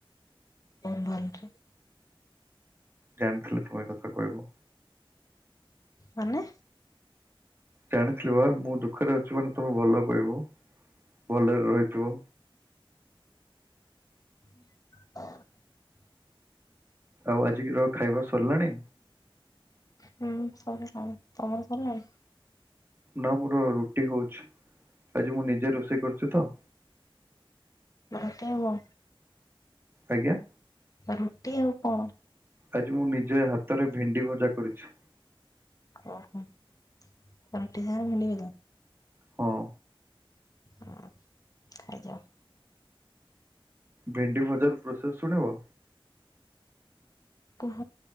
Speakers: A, on the left (about 40°); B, on the right (about 25°).
A: ମୁଁ ଭଲରେ
B: ଜାଣିଥିଲି ତୁମେ ଏକଥା କହିବ
A: ମାନେ
B: ଜାଣିଥିଲି ବା ମୁଁ ଦୁଃଖରେ ଅଛି ମାନେ ତମେ ଭଲ କହିବ ଭଲରେ ରହିଥିବ
A: ହ <unintelligible>
B: ଆଉ ଆଜିିକ ର ଖାଇବା ସରିଲାଣି
A: ହୁଁ ସରିଲାଣି ତମର ସରିଲାଣି
B: ନା ମୋର ରୁଟି ହଉଛି ଆଜି ମୁଁ ନିଜେ ରୋଷେଇ କରୁଛି ତ।
A: ରଟି ଆଉ
B: ଆଜ୍ଞା
A: ରୁଟି ଆଉ କଣ
B: ଆଜି ମୁଁ ନିଜେ ହାତରେ ଭେଣ୍ଡି ଭଜା କରିଛି।
A: ଓହୋ ରୁଟି ସହ ଭେଣ୍ଡି ଭଜା
B: ହଁ
A: ହ ଖାଇଜାଅ
B: ଭେଣ୍ଡି ଭଜାର ପ୍ରୋସେସ ଶୁଣିବ
A: କୁହ।